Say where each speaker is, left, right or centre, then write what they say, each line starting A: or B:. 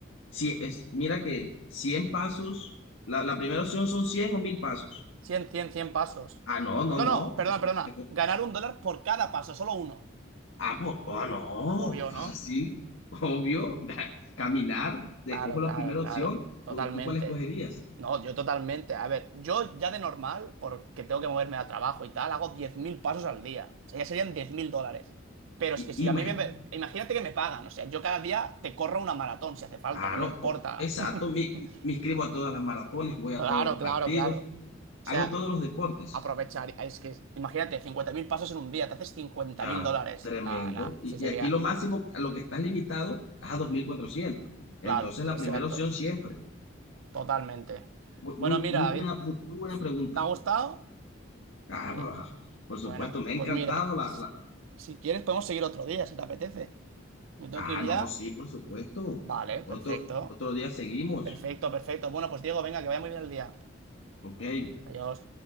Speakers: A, on the left; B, on the right.
A: si es, mira que 100 pasos, la, la primera opción son 100 o 1000 pasos.
B: cien, cien, cien pasos.
A: Ah, no, no,
B: No,
A: no.
B: no, perdona,
A: Esco-
B: perdona.
A: esco-
B: Ganar un dólar por cada paso, solo uno.
A: Ah, por... ah, no.
B: Obvio,
A: Fácil,
B: ¿no?
A: obvio. <laughs> Caminar, escojo
B: Claro, claro,
A: la primera
B: claro.
A: opción.
B: Totalmente.
A: ¿Tú, tú cuál escogerías?
B: No, yo totalmente. A ver, yo ya de normal, porque tengo que moverme al trabajo y tal, hago 10.000 pasos al día. O sea, ya serían 10.000 dólares. Pero es
A: Y,
B: que si
A: imagi-
B: a mí me... me- Imagínate que me pagan. O sea, yo cada día te corro una maratón si hace falta,
A: claro,
B: no me importa.
A: o- exacto.
B: <laughs>
A: Me, me inscribo a todas las maratones, voy
B: Claro,
A: a todos los partidos,
B: claro, claro. O sea,
A: hago todos los deportes.
B: aprovechar. Es que, imagínate, 50.000 pasos en un día, te haces 50.000
A: Ah,
B: dólares.
A: tremendo.
B: Nada, nada,
A: Y,
B: sí sería,
A: y aquí lo máximo a lo que estás limitado es a 2.400. Entonces,
B: claro,
A: la
B: exacto,
A: primera opción siempre.
B: totalmente.
A: Muy,
B: Bueno,
A: muy,
B: mira,
A: muy
B: David,
A: buena, muy, muy buena pregunta.
B: ¿te ha gustado?
A: Ah,
B: Sí.
A: por supuesto,
B: Bueno,
A: me ha encantado
B: pues mira,
A: la
B: s- si quieres podemos seguir otro día, si te apetece. ¿Me tengo
A: Ah,
B: que ir
A: no,
B: ya?
A: sí, por supuesto.
B: Vale,
A: Otro,
B: perfecto,
A: otro día seguimos.
B: perfecto, perfecto. Bueno, pues Diego, venga, que vaya muy bien el día.
A: Ok.
B: Adiós.